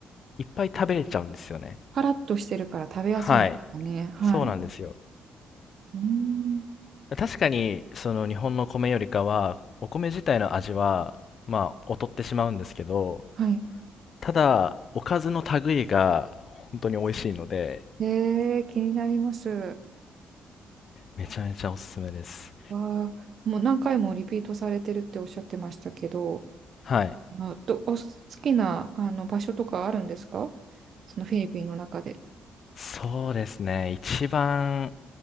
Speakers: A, on the left; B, on the right.
A: いっぱい食べれちゃうんですよね。
B: パラッとしてるから食べやすいんですかね。
A: はい。
B: はい。
A: そうなんですよ。
B: うーん。
A: 確かに、その日本の米よりかは、お米自体の味は、まあ、劣ってしまうんですけど、
B: はい。
A: ただ、おかずの類が本当に美味しいので、
B: えー、気になります。
A: めちゃめちゃおすすめです。
B: わあ、もう何回もリピートされてるっておっしゃってましたけど、
A: はい。
B: あ、ど、お好きなあの場所とかあるんですかそのフィリピンの中で。
A: そうですね。一番